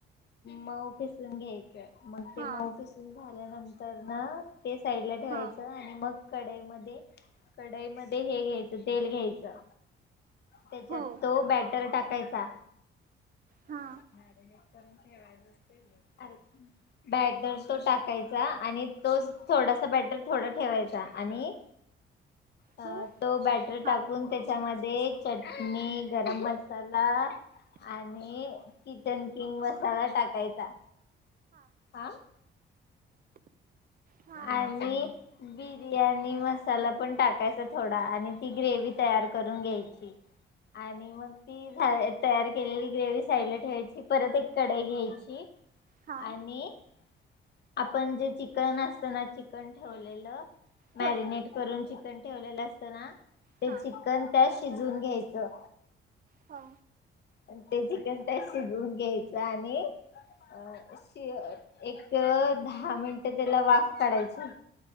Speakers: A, on the left; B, on the right.
A: मऊ पिसून घ्याय मग ते
B: हा
A: मऊ पिसून झाल्यानं तर ना ते साईड ला ठेवायचं
B: हा
A: आणि मग कढईमध्ये कढईमध्ये हे घ्यायचं तेल घ्यायचं. त्याच्यात
B: हो
A: तो बॅटर टाक पैसा <unintelligible>
B: हा
A: आर बॅटर तो टाकायचा आणि तोच थोडसं बेटर थोडं ठेवायचा आणि अ
B: हो
A: तो बॅटरी टाकून
B: हा
A: त्याच्याम दे चट मी गरम मसाला आणि किचन किंग मसाला टाकायचा. हा
B: हा
A: आणि
B: हा
A: बी बिर्याणी मसाला पण टाकायचा थोडा आणि ती ग्रेवी
B: हा
A: तयार करून घ्यायची आणि मग ती झा तयार केलेली ग्रेवी साईडला ठेवायची परत एक कडाई घ्यायची.
B: हा.
A: आणि आपण जे चिकन असत ना चिकन ठेवलेलं मॅरिनेट
B: होय
A: करून चिकन ठेवलेला असतं ना ते
B: हा
A: चिकन त्यात शिजवून घ्यायचं.
B: हा
A: आण ते चिकन टेस शिजवून घ्यायचं आणि अ शी एक दहा मिनिटं त्याला वाफ काढायची.